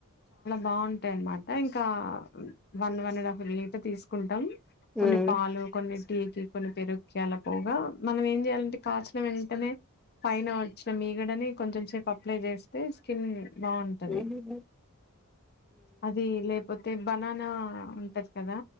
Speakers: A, on the left; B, in the centre.
A: బావుంటాయి అన్నమాట ఇంకా one one and half litre తీసుకుంటాం కొన్ని
B: ఉమ్.
A: పాలు కొన్ని టీకి కొన్ని పెరుకి అలా పోగా మనం ఏం చేయాలంటే కాచిన వెంటనే పైన వచ్చిన మీగడని కొంచెం సేపు అప్లై చేస్తే స్కిన్ బాగుంటది
B: హ్మ్ హ్మ్
A: అది లేపు పోతే బనానా ఉంటది కదా